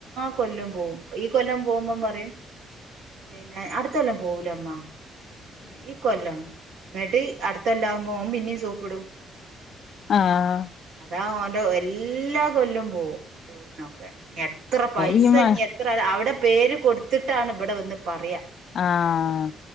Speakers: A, on the right; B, on the left.
A: കൊല്ലം പോവും ഈ കൊല്ലം പോകുമ്പം പറയും പിന്നെ അടുത്ത കൊല്ലം പോവൂലമ്മ ഈ കൊല്ലം എന്നിട്ട് അടുത്തല്ലാവകുമ്പോ ഓൻ പിന്നേം സോപ്പിടും
B: ആഹ്
A: അതാ ഓന്റെ എല്ലാ കൊല്ലും പോവും ടൂറിനൊക്കെ എത്ര പൈസ
B: ഈ മ
A: ഞ്ഞി എത്ര അവ്ടെ പേര് കൊടുത്തിട്ടാണ് ഇബടെ വന്ന് പറയാ
B: ആഹ്